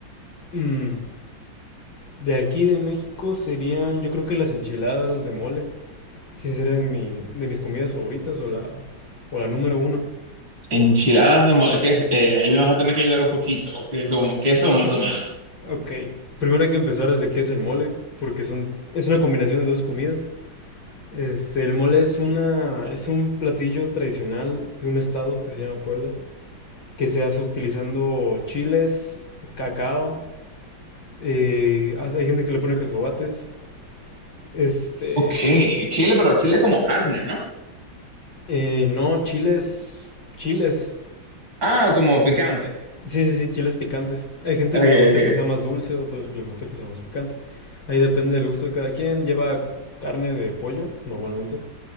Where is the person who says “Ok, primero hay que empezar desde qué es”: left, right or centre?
Left